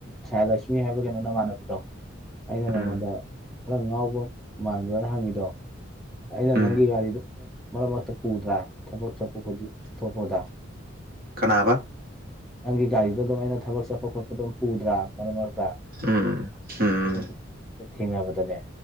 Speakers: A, in the centre; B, on the right.
A: ꯁ ꯂꯛꯁꯃꯤ ꯍꯥꯏꯕ꯭ꯔꯥ ꯀꯩꯅꯣ ꯅꯃꯥꯟꯅꯕꯤꯗꯣ ꯑꯩꯅ ꯅꯉꯣꯟꯗ
B: ꯎꯝ
A: ꯈꯔ ꯉꯥꯎꯕ ꯃꯥꯟꯕ꯭ꯔꯥꯅ ꯍꯪꯉꯤꯗꯣ ꯑꯩꯅ
B: ꯎꯝ
A: ꯅꯪꯒꯤ ꯒꯥꯔꯤꯗꯣ ꯃꯔꯛ ꯃꯔꯛꯇ ꯄꯨꯗ꯭ꯔꯥ ꯊꯕꯛ ꯊꯣꯛꯄꯗ
B: ꯀꯅꯥꯕ
A: ꯅꯪꯒꯤ ꯒꯥꯔꯤꯗꯣ ꯑꯗꯨꯝ ꯑꯩꯅ ꯊꯕꯛ ꯆꯠꯄ ꯈꯣꯠꯄ ꯑꯗꯨꯝ ꯄꯨꯗ꯭ꯔꯥ ꯃꯔꯛ ꯃꯔꯛꯇ
B: ꯎꯝ ꯎꯝ ꯎꯝ
A: ꯑꯗꯨ ꯅꯨꯃꯤꯠ ꯊꯦꯡꯅꯕꯗꯅꯦ